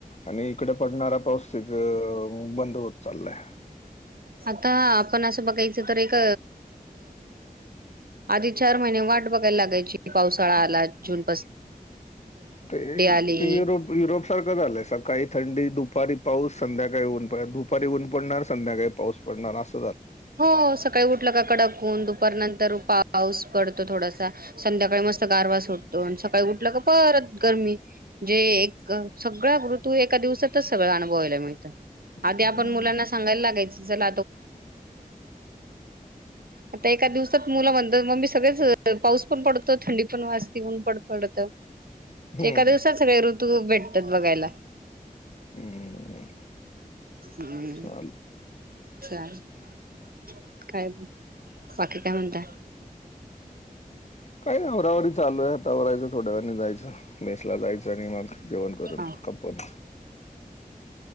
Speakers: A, on the left; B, on the right.
A: आणि इकडे पडणारा पाऊस सगळंऽऽऽ
B: आता आपण असं बघायचं तरऽऽ आधी चार महिने वाट बघायला लागायची पावसाळा आला जुूनऽऽ
A: ते,,
B: आली
A: तू, युरोप युरोप सारखं झालंय सऽऽ काही थंडी दुपारी पाऊस, संध्याकाळी ऊन, दुपारी ऊन पडणार संध्याकाळी पाऊस पडणार असंऽ
B: होऽऽ सकाळी उठलं का कडाकऽऽ ऊन दुपार नंतर पाऊस पडतो थोडासा, संध्याकाळी मस्त गारवा सुटतो, न सकाळी उठलं काऽऽऽ परऽत गरमी, जे,, एक सगळ्या ऋतू एका दिवसातच सगळ अनुभवायला मिळतं.
A: हम्म
B: आधी आपण मुलांना सांगायला लागायऽऽ आता एकाऽऽ सगळेच अ पाऊस पऽऽ
A: हम्म
B: एका दिवसात सगळे ऋतू भेटतात बघायला.
A: हम्म
B: हम्म
A: चाल
B: चालेलऽऽ काय,, बाकी काय म्हणताय.
A: काय नही आवराआवर चालूय आताा आवरायच. थोड्या वेळानी जायचं,, मेसला जायचं आणि मग जेवण करून,,
B: हा
A: कपून.